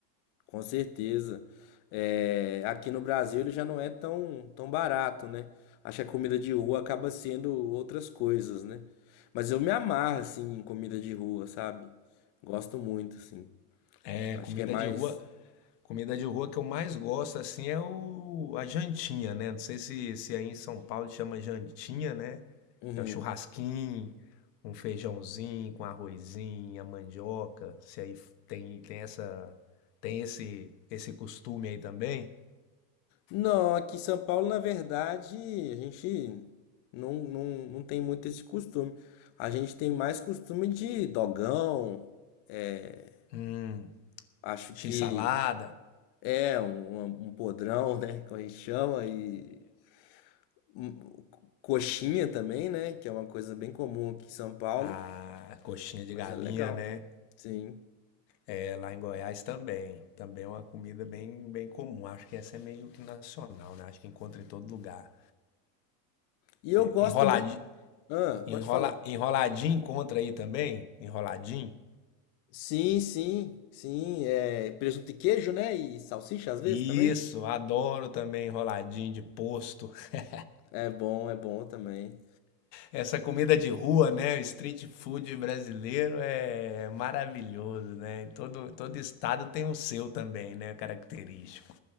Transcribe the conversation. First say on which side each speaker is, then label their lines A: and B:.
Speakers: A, on the left; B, on the left.
A: Com certeza. É, aqui no Brasil ele já não é tão, tão barato, né? Acho que a comida de rua acaba sendo outras coisas, né? Mas eu me amarro, assim, em comida de rua, sabe? Gosto muito, assim.
B: É,
A: Acho
B: comida
A: que é mais.
B: de rua, comida de rua que eu mais gosto assim é o a jantinha, né? Não sei se se aí em São Paulo chama jantinha, né?
A: Uhum.
B: É o churrasquinho, um feijãozinho com arrozinho, a mandioca. Se aí tem tem essa tem esse esse costume aí também.
A: Não, aqui em São Paulo, na verdade, a gente não, não, não tem muito esse costume. A gente tem mais costume de dogão, é,
B: Hum,
A: acho
B: x-salada.
A: que é um, um um podrão, né? Como a gente chama, e Hum, Coxinha também, né? Que é uma coisa bem comum aqui em São Paulo,
B: A coxinha de
A: mas
B: galinha,
A: é legal.
B: né?
A: Sim.
B: É lá em Goiás também. Também é uma comida bem, bem comum. Acho que essa é meio que nacional, né? Acho que encontra em todo lugar.
A: E eu gosto
B: Enroladinho,
A: muito. Ah,
B: enrola,
A: pode falar.
B: enroladinho encontra aí também? Enroladinho?
A: Sim, sim, sim. É presunto e queijo, né? E salsicha às vezes
B: Isso,
A: também.
B: adoro também enroladinho de posto. <laughs>
A: É bom, é bom também.
B: Essa comida de rua, né? O street food brasileiro é maravilhoso, né? Todo, todo estado tem o seu também, né? Característico.